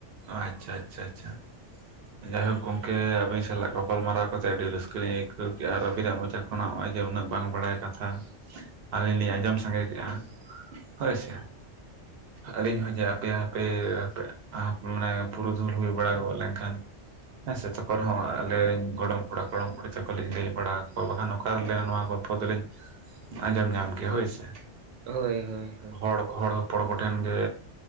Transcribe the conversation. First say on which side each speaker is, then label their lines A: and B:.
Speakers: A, on the right; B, on the right.
A: ᱟᱪᱪᱷᱟ ᱟᱪᱷᱟ ᱪᱷᱟ᱾ ᱡᱟᱭᱦᱳᱠ ᱜᱚᱝᱠᱮ ᱟᱹᱵᱤᱱ ᱥᱟᱞᱟᱜ ᱜᱟᱯᱟᱞ ᱢᱟᱨᱟᱣ ᱠᱟᱛᱮᱜ ᱟᱹᱰᱤ ᱨᱟᱹᱥᱠᱟᱹ ᱞᱤᱧ ᱟᱹᱭᱠᱟᱹᱣ ᱠᱮᱜᱼᱟ ᱟᱨ ᱟᱹᱵᱤᱱᱟᱜ ᱢᱚᱪᱟ ᱠᱚᱼᱼ ᱱᱚᱜᱼᱚᱭ ᱡᱮ ᱩᱱᱟᱹᱜ ᱵᱟᱝ ᱵᱟᱲᱟᱭ ᱠᱟᱛᱷᱟ ᱟᱞᱤᱧ ᱞᱤᱧ ᱟᱸᱡᱚᱢ ᱥᱟᱸᱜᱮ ᱠᱮᱜᱼᱟ᱾ ᱦᱳᱭ ᱥᱮ ᱟᱹᱞᱤᱧ ᱦᱚᱸ ᱡᱮ ᱟᱯᱮ ᱭᱟᱜ ᱦᱟᱯᱮ ᱟᱯᱮ ᱟᱯᱼᱼ ᱢᱟᱱᱮ ᱯᱩᱨᱩᱫᱷᱩᱞ ᱦᱩᱭ ᱵᱟᱲᱟ ᱜᱚᱜ ᱞᱮᱱᱠᱷᱟᱱᱼᱼ ᱦᱮᱸ ᱥᱮ ᱛᱚᱠᱷᱚᱱ ᱨᱮᱦᱚᱸ ᱟᱞᱮ ᱭᱤᱧ ᱜᱚᱲᱚᱢ ᱠᱚᱲᱟ ᱜᱚᱲᱚᱢ ᱠᱩᱲᱤ ᱛᱟᱠᱚ ᱞᱤᱧ ᱞᱟᱹᱭ ᱵᱟᱲᱟᱣ ᱠᱚᱣᱟ ᱵᱟᱠᱷᱟᱱ ᱚᱠᱟ ᱨᱮ ᱞᱟᱹᱭᱟ ᱱᱚᱣᱟ ᱠᱚ ᱼᱼ ᱠᱚᱫᱚ ᱞᱤᱧ ᱟᱸᱡᱚᱢ ᱧᱟᱢ ᱠᱮᱜᱼᱟ ᱦᱳᱭᱥᱮ᱾
B: ᱦᱳᱭ ᱦᱳᱭ ᱦᱳᱭ᱾
A: ᱦᱚᱲ ᱠᱚ ᱦᱚᱲ ᱦᱚᱯᱚᱲ ᱠᱚ ᱴᱷᱮᱱ ᱜᱮ